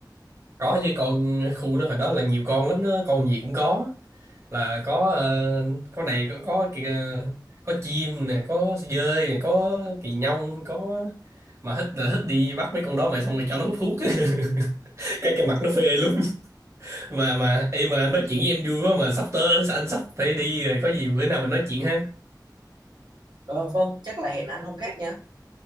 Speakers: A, on the right; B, on the right.
A: có chứ con khu đó hồi đó là nhiều con lắm đó con gì cũng có là có ờ, có này có có kìa, có chim nè có dơi nè có kỳ nhông có mà thích là thích đi bắt mấy con đó mà xong rồi cho nó hút thuốc <laughs> cái cái mặt nó phê lắm mà mà em mà anh nói chuyện với em vui quá mà sắp tới anh sắp phải đi rồi có gì bữa nào mình nói chuyện ha
B: ờ, vâng chắc là hẹn anh hôm khác nha